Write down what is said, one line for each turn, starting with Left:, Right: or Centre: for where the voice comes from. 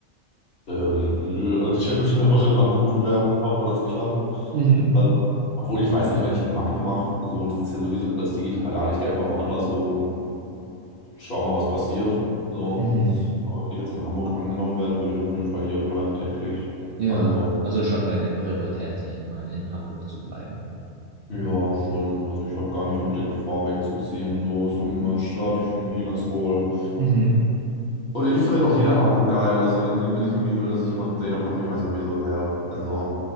Left: Ähm, nö, also ich werde mich <laughs> einfach in Hamburg bewerben und hoffe, das klappt.
Right: Mhm.
Left: Also, obwohl ich weiß nicht, wenn ich eine Mappe mache, so, das ist ja sowieso alles digital, lade ich die einfach woanders hoch und schau mal, was passiert. So.
Right: Mhm.
Left: Aber wenn ich jetzt in Hamburg angenommen werde, würde ich auf jeden Fall hier bleiben, denke ich.
Right: Ja,
Left: Also,
Right: also schon deine Priorität, sag ich mal, in Hamburg zu bleiben.
Left: ja, schon. Also ich habe gar nicht unbedingt vor, wegzuziehen. So ist irgendwie meine Stadt. Ich fühle mich hier ganz wohl.
Right: Mhm.
Left: Und irgendwie findet auch jeder Hamburg geil. Also wenn, irgend- wenn ich irgendwie will, dass ich jemanden sehe, dann kommen die mal sowieso her. Also